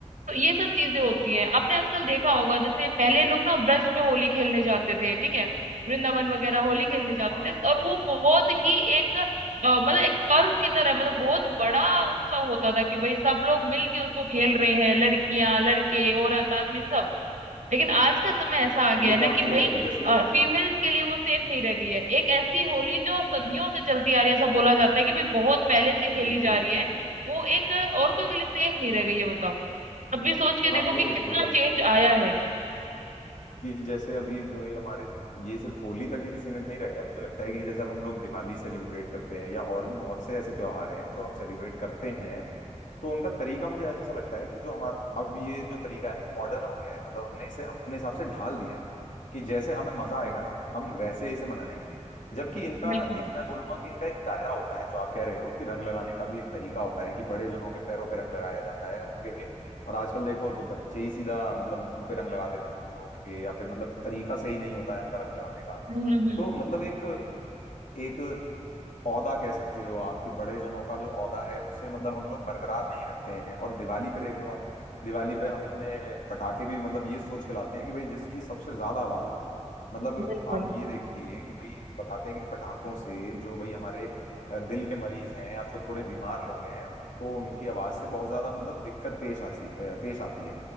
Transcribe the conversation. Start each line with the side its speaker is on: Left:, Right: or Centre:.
Right: तो ये सब चीजें होती हैं आपने आजकल देखा होगा जैसे पहले लोग ना ब्रज में होली खेलने जाते थे ठीक है वृंदावन वगैरह होली खेलने जाते
Left: हाँ
Right: थे और वो बहुत ही एक अ, मतलब एक पर्व की तरह मतलब बहुत बड़ा उत्सव होता था कि भाई सब लोग मिल के उसको खेल रहे हैं लड़कियां लड़के औरत आदमी सब लेकिन आज का समय ऐसा आ गया
Left: ये
Right: है
Left: तो
Right: ना
Left: आप
Right: कि
Left: सही
Right: भाई
Left: कह रहे हो जैसे
Right: फीमेल्स के लिए वो सेफ नहीं रह गई है एक ऐसी होली जो सदियों से चलती आ रही है ऐसा बोला जाता है कि भाई बहुत पहले से खेली
Left: बिल्कुल
Right: जा रही
Left: बिल्कुल
Right: है वो एक अ, औरतों के लिए सेफ नहीं रह गई है बताओ अब ये सोच के
Left: और
Right: देखो
Left: आप ये
Right: कि
Left: देखो
Right: कितना चेंज आया है
Left: कि जैसे अभी जो ये हमारे जित- ये सिर्फ होली तक ही सीमित नहीं रह गया मुझे लगता है कि जैसे अब हम लोग दिवाली सेलिब्रेट करते हैं या और भी बहुत से ऐसे त्योहार हैं जो हम सेलिब्रेट करते हैं तो उनका तरीका मुझे ऐसा लगता है कि जो हमारा अब ये जो तरीका है ना ये मॉडर्न हो गया है मतलब हमने इसे अपने हिसाब से ढाल दिया है कि जैसे हमें मजा आएगा ना हम वैसे इसे मनाएंगे जबकि इनका
Right: बिल्कुल
Left: एक मैं बोलूंगा कि इनका एक दायरा होता है जो आप कह रहे हो कि रंग लगाने का भी एक तरीका होता है कि बड़े जनों के पैरों पे रंग लगाया जाता है उनके और आजकल देखो तो बच्चे ही सीधा मतलब मुंह पे रंग लगा देते हैं बड़ों के या फिर मतलब तरीका सही नहीं होता है उनका रंग लगाने का
Right: हम्म हम्म हम्म,
Left: तो मतलब एक एक औदा कह सकते हो आपकी बड़े जनों का जो औदा है उसे मतलब हम लोग बरकरार नहीं रखते हैं और दिवाली पे देख लो आप दिवाली पे हम इतने पटाखे भी मतलब ये सोच के लाते हैं कि भाई जिसकी सबसे ज्यादा आवाज हो मतलब
Right: बिल्कुल
Left: आप ये देखिए कि भाई बताते हैं कि पटाखों से जो भाई हमारे अ, दिल के मरीज हैं या जो थोड़े बीमार लोग हैं उनको उनकी आवाज से बहुत ज्यादा मतलब दिक्कत पेश आती पेश आती है